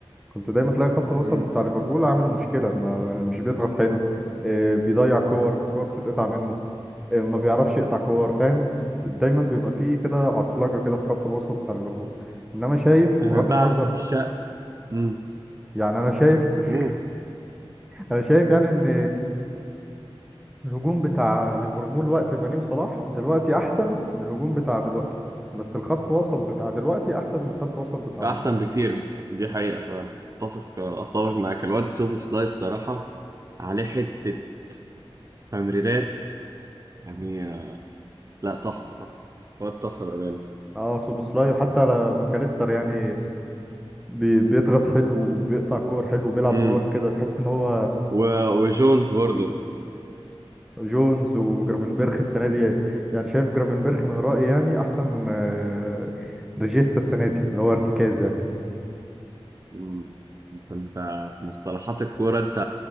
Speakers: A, in the centre; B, on the right.
A: كنت دايما تلاقي خط الوسط
B: مم.
A: بتاع ليفربول عامل مشكله ما مش بيضغط حلو آه، بيضيع كور كور بتتقطع منه آه، ما بيعرفش يقطع كور فاهم دايما بيبقى فيه كده عصلجه كده في خط الوسط بتاع ليفربول انما شايف
B: انا
A: بغض
B: بعشق
A: النظر
B: مم.
A: يعني انا شايف <laughs>
B: مم.
A: انا شايف يعني ان الهجوم بتاع ليفربول وقت ماني وصلاح دلوقتي احسن من الهجوم بتاع دلوقتي بس الخط وسط بتاع دلوقتي احسن من الخط وسط بتاع
B: احسن بكتير دي حقيقة فاتفق اتفق معاك الواد سوبو سلايس صراحة عليه حتة تمريرات يعني آه، لا تحفة تحفة واد تحفة بأمانة
A: اه سوبوسلاي وحتى على ماكاليستر يعني بي... بيضغط حلو وبيقطع كور حلو وبيلعب
B: مم.
A: بروح كده تحس ان هو
B: و... وجونز برضه
A: كوري كده جونز وجرافنبرخ السنه دي يعني شايف جرافنبرخ من رايي يعني احسن آه، ريجيستا السنه دي اللي هو ارتكاز يعني
B: مم. انت انت في مصطلحات الكورة انت